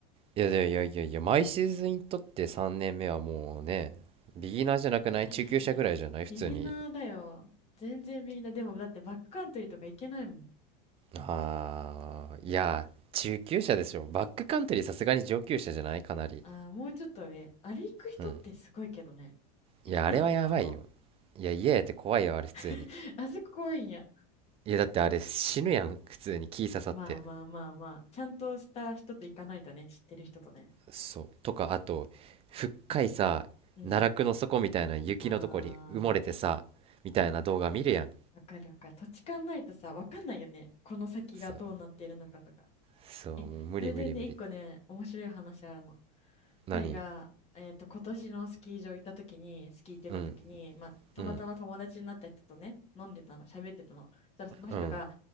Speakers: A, on the right (about 30°); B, on the left (about 30°).
A: いやいやいやいやいや、毎シーズンにとって3年目はもうね、ビギナーじゃなくない中級者ぐらいじゃない普通に。
B: <laughs> ビギナーだよ。全然ビギナー。でも、だってバックカントリーとか行けないもん。
A: ああ、いや、中級者でしょ。バックカントリーさすがに上級者じゃないかなり。
B: ああ、もうちょっと上。あれ行く人ってすごいけどね。
A: うん。
B: 行きたいあそこ。
A: いや、あれはやばいよ。いや、家やって怖いよ、あれ普通に。
B: <laughs> あそこ怖いんや。
A: いや、だってあれ死ぬやん、普通に木刺さって。
B: まあまあまあまあ、ちゃんとした人と行かないとね、知ってる人とね。
A: そう。とか、あと、深いさ、
B: うん。
A: 奈落の底みたいな雪のとこに埋もれてさ、
B: ああ、
A: みたいな動画見るやん。
B: わかるわかる。土地勘ないとさ、わかんないよね。この先がどうなっているのかとか。
A: そう。そう、
B: え、
A: もう無理無理無理。
B: それでね、一個ね、面白い話あるの。
A: 何
B: 舞が、えっと、今年のスキー場行った時に、スキー行ってた時に、
A: うん
B: まあ、たまたま友達になった人とね、
A: うん
B: 飲んでたの、喋ってたの。そしたらその人が、
A: うん